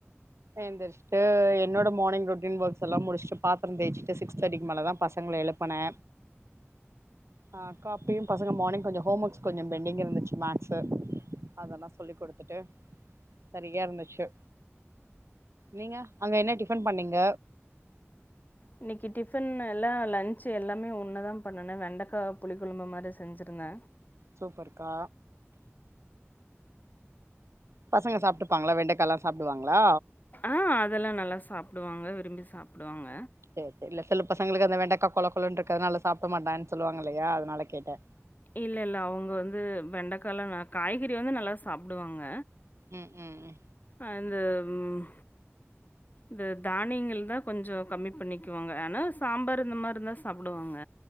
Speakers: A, on the right; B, on the left.
A: ஏந்திர்ஷ்ட்டு என்னோட மார்னிங் ரொட்டின் ஒர்க்ஸ் எல்லாம் முடிஷ்ட்டு பாத்தர தேய்ச்சிட்டு சிக்ஸ் தேர்ட்டிக்கு மேல தா பசங்கள எழுப் போன ஆ காப்பியும் பசங்க மார்னிங் கொஞ்சோ ஹோம் ஒர்க்ஸ் கொஞ்சோ பெண்டிங் இருந்துச்சு மேக்ஸ் சு அதல்லா சொல்லி்க் குடுத்துட்டு சரியா இருந்துச்சு நீங்க அங்க என்ன டிஃபன் பண்ணிங்க
B: இன்னிக்கி டிஃபன்னு எல்லா லன்ச்சி எல்லாமே ஒன்னு தா பண்ணன்ன வெண்டக்கா புளிக் குழம்பு மாரி செஞ்சிருந்த
A: சூப்பர் கா பசங்க சாப்ட்டுப்பாங்ளா வெண்டக்காலாம் சாப்டுவாங்ளா
B: ஆ அதல்லா நல்லா சாப்டுவாங்க விரும்பி சாப்டுவாங்க
A: சேர் சேர் இல்ல சில பசங்களுக்கு அந்த வெண்டக்கா கொழ கொழன்றுக்கர்னால சாப்ட மாட்டன் சொல்லுவாங்க இல்லயா அதனால கேட்ட
B: இல்ல இல்ல அவுங்க வந்து வெண்டக்காலா நா காய்கறி வந்து நல்லா சாப்டுவாங்க
A: ம் ம் ம்
B: வந்து ம் இது தானியங்கள் தா கொஞ்சோ கம்மி பண்ணிக்குவாங்க ஆனா சாம்பார் இந்த மாரிந்தா சாப்புடுவாங்க